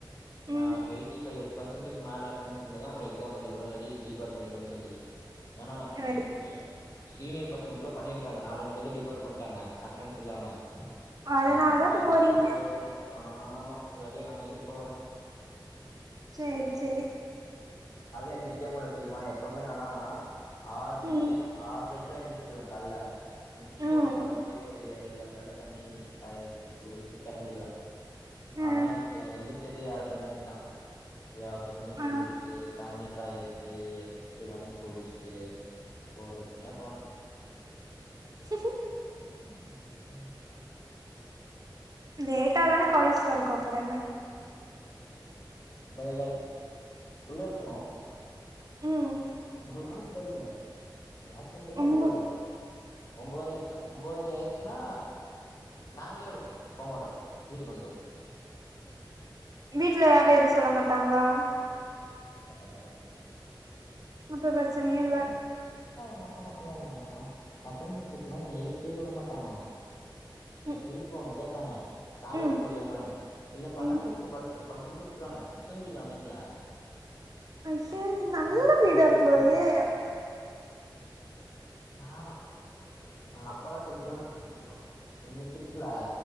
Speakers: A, on the left; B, on the right.
A: நா
B: ம்
A: எலக்ட்ரிகல்லு பர்சன்டேஜ் மேல இருக்கணு சொன்னாதா உங்கள எக்ஸாம் எழுதவிடுவ இல்லாட்டி டிபார் பன்னிருவானு சொல்லி வேனா
B: ரைட்டு
A: இப் ப சீனியர்பசங்குள்ள பண்ணிருக்காங்க நாலஞ்சு பேர் டிபர் பண்டாங்க அட்டண்டன்ஸ் இல்லாம
B: அதனாலதா
A: அதனால பயந்துட்டு
B: இப்ப போறீங்க
A: போயிட்ருக்கோ ஆ ஹா ஒரடி நா எதுக் போறே
B: சேரி சேரி
A: இன்னக்கி கால்ல எந்திரிக்கவே முல்ல தெரியுமா எப்பவுமே நாளா ஆறு மணிக்கே
B: ம்
A: ஆறரைக்குலா எந்திரிச்சிருவே கால்ல எந்திச்சு
B: ம்
A: ஃபோன் பாத்துட்டு ஒரு ஏழே கால் கட்ட தண்ணி காய வச்சுட்டு குளிச்சுட்டு கெளம்படுவே
B: ஆ
A: ஆனா இன்னைக்கு எந்திரிச்சதே ஏள்ர மணிக்கு தா ஏள்ற மணிக்கு
B: ஆ
A: எந்திரிச்சி தண்ணி காய வச்சி எட்டு மணிக்கு குளிச்சுட்டு பொறுமயா போனே
B: சிசு
A: <unintelligible>
B: லேட்டா தான காலேஜ் தொறக்கு அப்றோ என்ன
A: பைகள் குள்ளே இருக்கணு
B: ம்
A: உங்கள்தா கூட இருக்கணு வாட் ரிட்டன் டைம்
B: ரொம்ப
A: ஒம்போதே கால் ஒம்போரைக்கா ஒம் ஒம்போதரை ஆயிருச்சுன்னா நாங்களே வரு‌ போமாட்டோ வீட்டுக்கு வந்துருவோ
B: வீட்ல யாரு எதுவு சொல்ல மாட்டாங்களா
A: ரொம்பத்தவான
B: அப்ப பிரச்சனையே இல்ல
A: அது எங்க வீட்லன்னா <unintelligible> நா தூங்கிட்டுயிருப்பனா என்ன எழுப்பி விட மாட்டாங்க
B: ம்
A: எழுப்புவாங்க கேப்பாங்க காலேஜ்
B: ம்
A: போரியாபான்னு இல்லப்பான்னா
B: ம்
A: செரி போ படுத்துக்கோ படுக்க சொல்லிட்டு உட்ருவாங்க தூங்கிடுவ அமைதியா
B: ஐய்சு நல்ல
A: எங்க வீட்ல
B: வீடா
A: எங்க
B: இருக்கும்
A: வீட்ல
B: போலையே
A: அந்த மாரிலா இல்ல ஆமா எங்க அப்பெல்லா சொல்லிச்சு இப்போ இன்னிக்கு இருக்குல